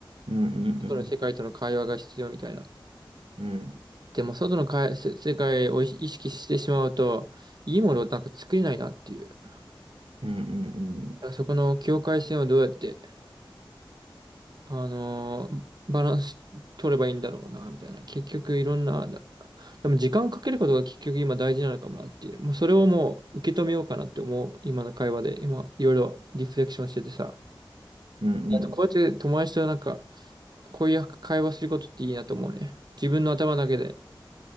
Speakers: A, on the right; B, on the right.
A: うん、うん、
B: 外の世界との会話が必要みたいな。
A: うん、うん、うん、
B: でも外のかいせ世界を意識してしまうと、いいものをなんか作れないなっていう。だ
A: うん、
B: からそこの境界線をどうやってあのーバランス取ればいいんだろうな、みたいな。結局いろんな、だでも時間をかけることが結局今大事なのかもなっていう。もうそれをもう受け止めようかなって思う、今の会話で。今、いろいろリフレクションしててさ。
A: うん、
B: あとこうやって友達となんか、こういう会話することっていいなと思うね。自分の頭だけで